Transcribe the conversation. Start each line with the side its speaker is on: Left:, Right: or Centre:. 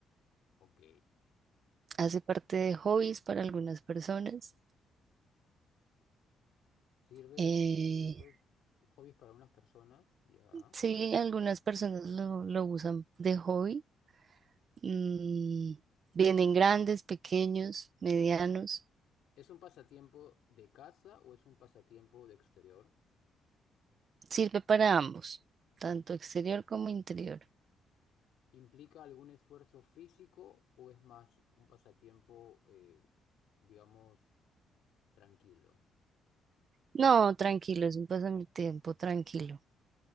Left: ok.
Right: Hace parte de hobbies para algunas personas.
Left: Sirve
Right: Eh,
Left: de pasatiempos, hobbies para unas personas, ya.
Right: sí, algunas personas lo, lo usan de hobby. Mm, vienen grandes, pequeños, medianos.
Left: ¿Es un pasatiempo de casa o es un pasatiempo de exterior?
Right: Sirve para ambos, tanto exterior como interior.
Left: ¿Implica algún esfuerzo físico o es más un pasatiempo, eh, digamos, tranquilo?
Right: No, tranquilo, es un pasatiempo tranquilo.